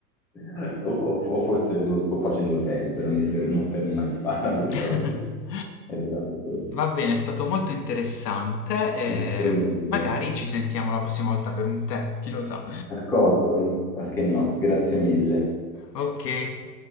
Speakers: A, in the centre; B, on the left.
A: <laughs> o, o- o forse lo sto facendo sempre, non mi fer- non fermo mai di farlo,
B: <laughs>
A: però sì, è veramente questo.
B: Va bene, è stato molto interessante e
A: Anche per me è un disastro.
B: magari ci sentiamo la prossima volta per un tè, chi lo sa.
A: D'accordo, perché no? Grazie mille.
B: Okay.